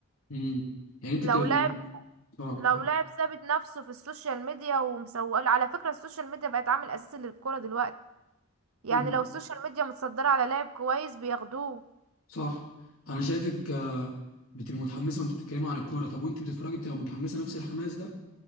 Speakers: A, on the left; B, on the right.
A: امم يعني انت
B: لو
A: بتبقى
B: لاعب
A: اه
B: لو
A: حلو.
B: لاعب ثابت نفسه في السوشيال ميديا ومسوق على فكرة السوشيال ميديا بقت عامل اساسي للكرة دلوقتي يعني
A: مم.
B: لو السوشيال ميديا متصدرة على لاعب كويس بياخدوه
A: صح انا شايفك آه، بتبقى متحمسة وانت بتتكلمي عن الكورة طب وانت بتتفرجي بتبقى متحمسة نفس الحماس ده؟